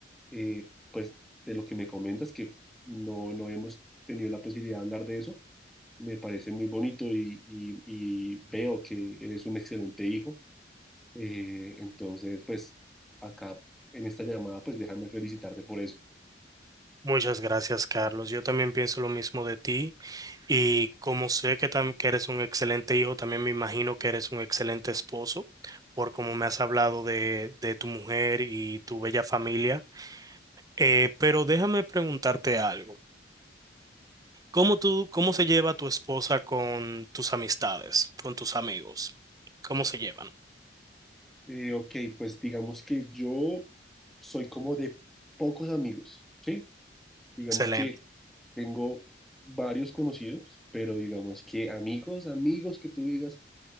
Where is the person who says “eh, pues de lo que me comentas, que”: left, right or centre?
Centre